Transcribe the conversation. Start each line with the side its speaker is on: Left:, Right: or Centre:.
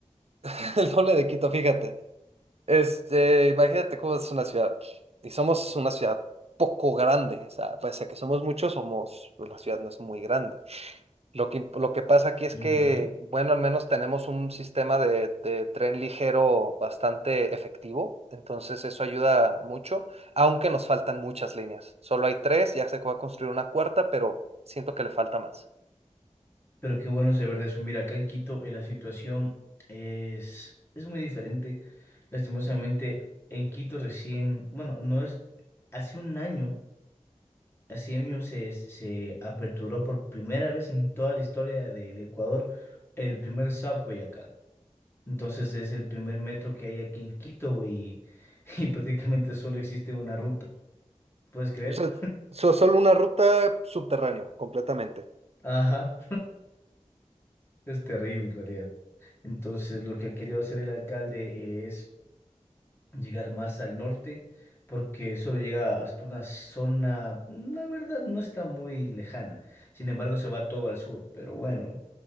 Right: <laughs> El doble de Quito, fíjate. Este, imagínate cómo es una ciudad aquí. Y somos una ciudad poco grande. O sea, pese a que somos muchos, somos, pues la ciudad no es muy grande. Lo que, imp- lo que pasa aquí es
Left: Mm,
Right: que,
Left: ok.
Right: bueno, al menos tenemos un sistema de, de tren ligero bastante efectivo, entonces eso ayuda mucho, aunque nos faltan muchas líneas. Solo hay tres, ya se va a construir una cuarta, pero siento que le falta más.
Left: Pero qué bueno saber de eso. Mira, acá en Quito eh, la situación es, es muy diferente. Lastimosamente, en Quito recién, bueno, no es, hace un año, hace años se, se aperturó por primera vez en toda la historia del Ecuador el primer subway acá. Entonces es el primer metro que hay aquí en Quito y, <laughs> y prácticamente solo existe una ruta. ¿Puedes creer?
Right: O sea, so- solo una ruta subterránea, completamente.
Left: Ajá. Es terrible en realidad. Entonces, lo que ha querido hacer el alcalde es llegar más al norte, porque solo llega hasta una zona, la verdad, no está muy lejana. Sin embargo, se va todo al sur. Pero bueno,